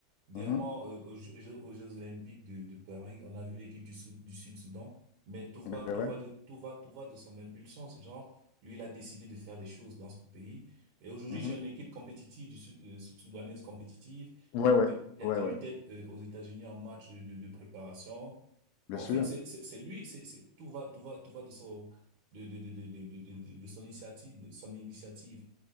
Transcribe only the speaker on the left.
mhm.
Beh,
ouais.
Mmh
Ouais,
ouais.
Ouais,
ouais.
Bien
sûr.